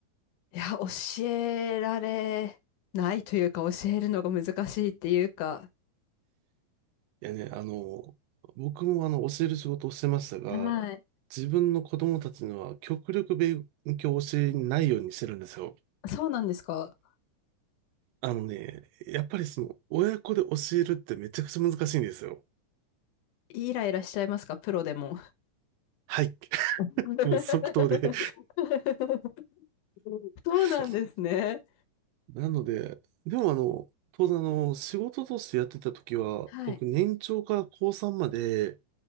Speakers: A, on the left; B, on the right.
A: いや、教えられないというか、教えるのが難しいっていうか、
B: いやね、あの、僕もあの、教える仕事をしてましたが、
A: はい。
B: 自分の子供たちには極力勉強を教えないようにしてるんですよ。
A: そうなんですか
B: あのね、やっぱりその、親子で教えるってめちゃくちゃ難しいんですよ。
A: イライラしちゃいますかプロでも。
B: はい。
A: <laughs>
B: <laughs> もう即答で。
A: そうなんですね。
B: <laughs> なので、でもあの、当然あの、仕事としてやってた時は、
A: はい。
B: 僕年長から高3まで